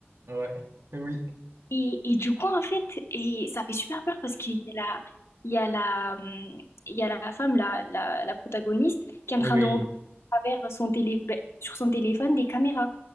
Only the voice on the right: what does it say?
ouais, oui,
oui.